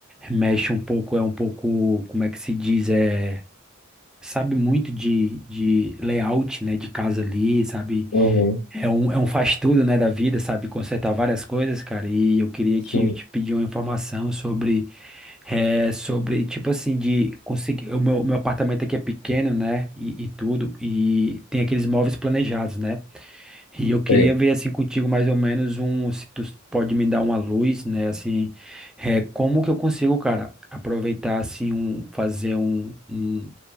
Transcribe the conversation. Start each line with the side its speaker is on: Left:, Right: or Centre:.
Centre: mexe um pouco, é um pouco, como é que se diz, é, sabe muito de, de layout, né? De casa ali, sabe?
Left: Uhum.
Centre: É um, é um faz tudo, né, da vida, sabe? Consertar várias coisas, cara. E eu queria te,
Left: Sim.
Centre: te pedir uma informação sobre, é, sobre, tipo assim, de conseguir. O meu, meu apartamento aqui é pequeno, né? E, e tudo. E tem aqueles móveis planejados, né? E eu queria
Left: Sei.
Centre: ver, assim, contigo mais ou menos um. Se tu pode me dar uma luz, né? Assim, é, como que eu consigo, cara, aproveitar, assim, um, fazer um, um-